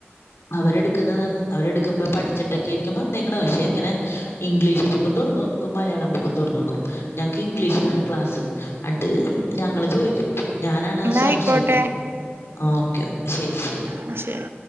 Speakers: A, on the left (about 75°); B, on the right (about 60°).
A: അവരെടുക്കുന്നതാണ് അവരെടുക്കുമ്പോ പഠിച്ചിട്ടൊക്കെയിരിക്കുമ്പോ വന്നേക്കുന്നത് പക്ഷെ ഇങ്ങനെ ഇംഗ്ലീഷ് ബുക്കുംന്ന് തുറന്ന് നോക്കും മലയാളംബുക്കും തുറന്നു നോക്കും ഞങ്ങക്ക് ഇംഗ്ലീഷിലാണ് ക്ലാസ് എന്നി് ഞങ്ങള് ചോദിക്ക ഞാനാണ്
B: എന്നായിക്കോട്ടെ
A: സംശയം ഓക്കെ ശരി ശരി.
B: ഉം ശരി